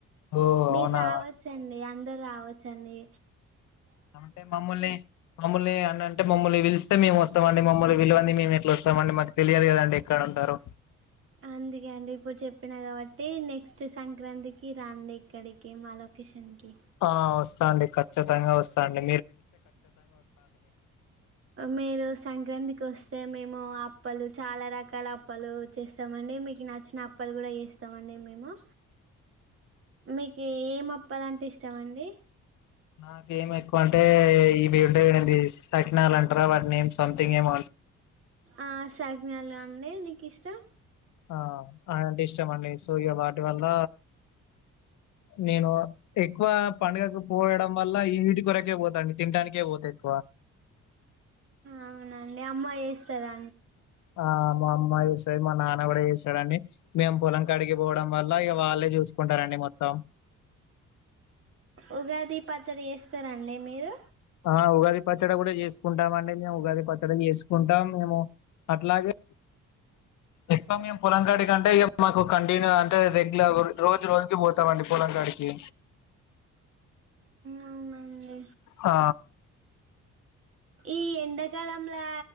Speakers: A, on the left (about 75°); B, on the right (about 45°).
A: ఓ
B: మీరు
A: అవునా
B: రావచ్చండి అ రావచ్చ అండీ
A: అంటే మమ్మల్ని మమ్మల్ని అన్నని అంటే మమ్మల్ని పిలిస్తే మేము వస్తామండి మమ్మల్ని పిలవంది మేము ఎట్లా వస్తామండి మాకు తెలియదు కదండి ఎక్కడ ఉంటారు
B: అందుకే అండి ఇప్పుడు చెప్పినా కాబట్టి నెక్స్ట్ సంక్రాంతికి రండి ఇక్కడికి మా లొకేషన్ కి
A: ఆ వస్తాండి ఖచ్చితంగా వస్తాండి
B: మీరు సంక్రాంతికి వస్ తే మేము అప్పలు చాలా రకాల అప్పలు చేేస్తామ అండి మీకు నచ్చిన అప్పలు కూడా చేస్తామండి మేము మీకు ఏం అప్పాలంటే ఇస్తామండి
A: నాకేం ఎక్కువ అంటే ఇవింట సకినాల అంటారా వాటిని ఏం సంథింగ్ ఏమ
B: ఆ సాగనాల అండి మీకు ఇష్టం
A: ఆ అంటే ఇష్టమ అండి సో ఇక వాటి వల్ల నేను ఎక్కువ పండుగకు పోయడం వల్ల ఈ వీటి కొరకే పోతాండి తినాటానికే పోతా ఎక్కువ.
B: అవునండి అమ్మా ఏసి సరే
A: ఆ మాఅమ్మాయి మా నాన్న కూడా చేస్తడండి మేము పొలం కడిగిపోవడం వల్ల ఇక వాళ్ళే చూసుకుంటారండి మొత్తం
B: ఉగాది పచ్చడి చేస్తారండీ మీరు
A: ఆ ఉగాది పచ్చడి కూడా చేసుకుంటామ అండి మేము ఉగాది పచ్చడి చేసుకుంటాం మేము అట్లాగే ఎ మేము పొలంకాడికి అంటే ఇ మాకు కంటిన్యూ అంటే రెగ్యులర్ రోజు రోజుకి పోతామండి పొలంకాడికి
B: అవునండి
A: ఆ
B: ఈ ఎండాకాలంలో